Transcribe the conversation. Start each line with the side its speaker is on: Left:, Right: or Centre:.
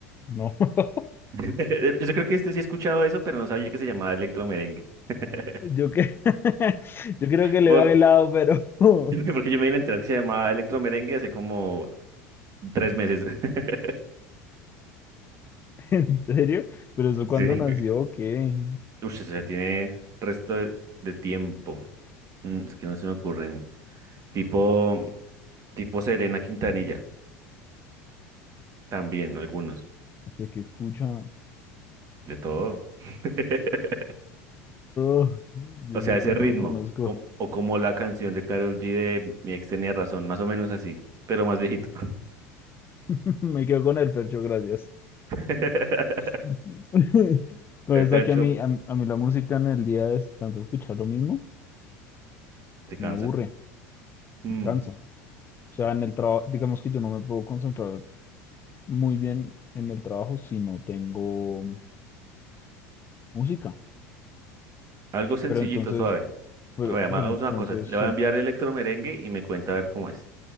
Left: no. <laughs>
Right: <laughs> Yo creo que este sí he escuchado eso, pero no sabía que se llamaba electromerengue. <laughs>
Left: Yo, que... <laughs> yo creo que le
Right: Por-
Left: va helado pero... <laughs>
Right: Porque yo me vine a enterar que se llamaba electromerengue hace como tres meses. <laughs>
Left: ¿En serio? ¿Pero eso cuándo
Right: Sí. Uy,
Left: nació? o ¿Qué?
Right: eso ya tiene resto de, de tiempo. Mm, Es que no se me ocurren. Tipo, tipo Selena Quintanilla, también algunos.
Left: de sea, ¿qué escucha? No,
Right: De todo. <laughs>
Left: yo
Right: O
Left: eso
Right: sea, ese
Left: sí no
Right: ritmo.
Left: lo conozco.
Right: com- O como la canción de Karol G de Mi ex tenía razón, más o menos así, pero más viejito.
Left: <laughs> Me quedo con el percho, gracias.
Right: <laughs>
Left: <laughs> Pero
Right: Fercho
Left: es que a mí, a, mí a mí la música en el día es tanto escuchar lo mismo,
Right: Te cansa.
Left: me aburre,
Right: Mm,
Left: me cansa. O sea, en el trabajo, digamos que yo no me puedo concentrar muy bien en el trabajo si no tengo música.
Right: algo sencillito,
Left: Pero entonces
Right: suave.
Left: Pero,
Right: Oye, ma-
Left: pero
Right: hagamos
Left: entonces
Right: una cosa. Le
Left: sí,
Right: voy a enviar electro merengue y me cuenta a ver cómo es.